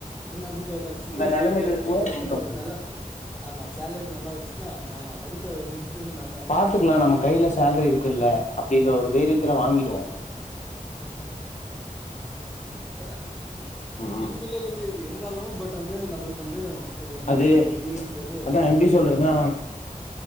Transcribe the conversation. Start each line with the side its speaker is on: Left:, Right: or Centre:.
Centre: ம் நம்புளுக்கு வந்து அந்த சுச்சுவேஷன்
Left: நிலைமையில
Centre: வந்து
Left: இருக்கும்போது
Centre: கையில வந்து
Left: நமக்கு அப்படிதான்
Centre: ஒரு நல்ல ஆமா சேலரி நல்லா வந்துச்சுன்னா நான் அடுத்த ஒரு நிமிஷமே நா
Left: பாத்துக்குலா நம்ம கையில சேல்ரி இருக்குல்ல அப்புடின்ற ஒரு தைரியத்துல வாங்கிடுவோம்
Centre: பட்ட
Left: ம்
Centre: பின் விளைவுலு இருந்தாலும் பட் வந்து நம்புளுக்கு வந்து ஒ ஒரு உன்
Left: அது
Centre: ஒரு வீடுன்றது
Left: அதான் எப்படி
Centre: இதாயிடுது
Left: சொல்றதுன்னா